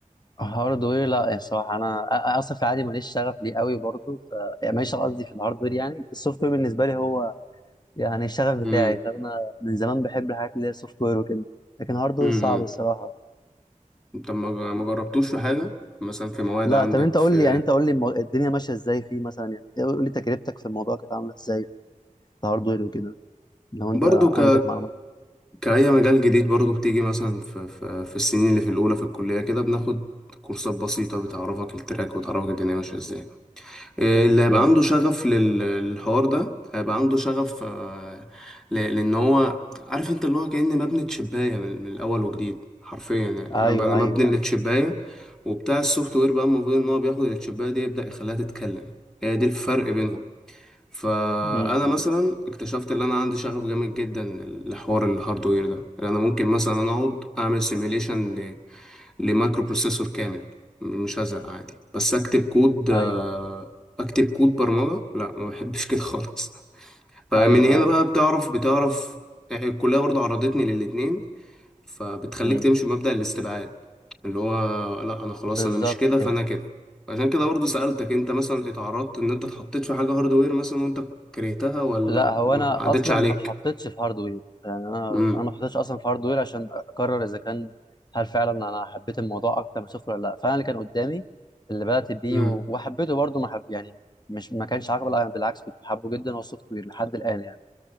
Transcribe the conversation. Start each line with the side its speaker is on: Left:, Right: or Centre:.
Left: هاردوير لا يعني الصراحه انا أ- أ- اصلا في العادي ماليش شغف ليه قوي برضه ف يعني ماليش شغف قصدي في الهاردوير يعني السوفت وير بالنسبه لي هو يعني الشغف بتاعي
Centre: امم
Left: فانا من زمان بحب الحاجات اللي هي سوفت وير وكده لكن هاردوير
Centre: امم
Left: صعب الصراحه
Centre: طب ما ج- ما جربتوش في حاجه مثلا في مواد
Left: لا
Centre: عندك
Left: طب انت قول
Centre: في
Left: لي يعني انت قول لي المو- الدنيا ماشيه ازاي فيه مثلا يعني قول لي تجربتك في الموضوع كانت عامله ازاي في الهاردوير وكده لو انت
Centre: برضو ك...
Left: عندك معلومات
Centre: كأي مجال جديد برضو بتيجي مثلا في, في, في السنين اللي في الأولى في الكلية كده بناخد كورسات بسيطة بتعرفك التراك وتعرفك الدنيا ماشية ازاي اللي هيبقى
Left: امم
Centre: عنده شغف لل- للحوار ده هيبقى عنده شغف آه، ل- لان هو عارف انت اللي هو كأني مبني تشباية من, من الاول وجديد حرفيا يعني
Left: ايوه
Centre: انا انا مبني
Left: ايوه ايوه
Centre: للتشباية وبتاع السوفت وير بقى المفروض ان هو بياخد التشباية دي يبدأ يخليها تتكلم هي دي الفرق بينهم فانا
Left: امم أمم،
Centre: مثلا اكتشفت ان انا عندي شغف جامد جدا لحوار الهاردوير ده لان انا ممكن مثلا انا اقعد اعمل سيميليشن
Left: أمم.
Centre: لمايكرو بروسيسور كامل م- مش هزهق عادي بس اكتب كود آه،
Left: ايوه
Centre: اكتب كود برمجة لا ما بحبش كده خالص فمن
Left: ايوه
Centre: هنا
Left: ايوه
Centre: بقى بتعرف بتعرف يعني الكلية برضه عرضتني للاتنين فبتخليك
Left: امم
Centre: تمشي بمبدأ الاستبعاد اللي هو لا انا خلاص
Left: بالظبط
Centre: انا مش كده
Left: كده
Centre: فانا كده عشان كده برضه سألتك انت مثلا اتعرضت ان انت اتحطيت في حاجة هاردوير مثلا وانت كرهتها ولا
Left: لا
Centre: ما
Left: هو انا
Centre: عدتش
Left: اصلا
Centre: عليك
Left: ما اتحطيتش في هاردوير يعني انا
Centre: امم
Left: انا ما اتحطيتش اصلا في هاردوير عشان اقرر اذا كان هل فعلا انا حبيت الموضوع اكتر من السوفت وير ولا لا فانا اللي كان قدامي اللي بدات بيه
Centre: امم
Left: و- وحبيته برضه ما حب يعني مش ما كانش عاجبه لا، بالعكس كنت حابه جدا هو السوفت وير لحد الان يعني